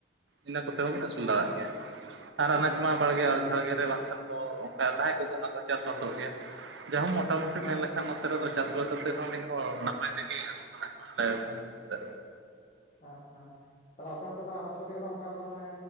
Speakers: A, on the right; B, on the left.
A: ᱤᱱᱟᱹ ᱠᱚᱛᱮ ᱦᱚᱸ ᱵᱤᱱ ᱟᱹᱥᱩᱞ ᱫᱟᱲᱮᱭᱟᱜ ᱜᱮᱭᱟ ᱾ ᱟᱨ ᱟᱱᱟᱪ
B: ᱦᱮᱸ
A: ᱢᱟ ᱵᱟᱲᱜᱮ ᱡᱷᱟᱲᱜᱮ ᱨᱮ ᱵᱟᱝᱠᱷᱟᱱ ᱫᱚ ᱚᱱᱠᱟ ᱛᱟᱦᱮᱸ ᱠᱚᱜ ᱜᱮᱭᱟ ᱚᱱᱟ ᱠᱚ ᱪᱟᱥ ᱵᱟᱥᱚᱜ ᱜᱮᱭᱟ ᱾ ᱡᱟᱦᱟᱸ ᱢᱚᱴᱟᱢᱩᱴᱤ
B: ᱦᱮᱸ
A: ᱢᱮᱱ
B: ᱛᱟᱦᱚᱞᱮ
A: ᱞᱮᱠᱷᱟᱱ ᱱᱚᱛ ᱮ ᱛᱟᱨ ᱫᱚ ᱪᱟᱥᱚᱜ ᱥᱟᱛᱮᱜ ᱛᱟᱣ ᱢᱤᱫ ᱦᱚᱲ ᱱᱟᱯᱟᱭ ᱛᱮᱜᱮ ᱟᱹᱥᱩᱞ ᱫᱟᱲᱮᱭᱟᱜ ᱜᱮᱭᱟ <unintelligible>
B: ᱦᱟᱸ ᱦᱟᱸ ᱛᱟᱦᱚᱞᱮ ᱟᱯᱮ ᱚᱱᱛᱮ ᱫᱚ ᱟᱱᱟᱪ ᱯᱟᱹᱛᱤ ᱠᱚᱫᱚ ᱚᱱᱠᱟ ᱫᱚ ᱢᱟᱱᱮ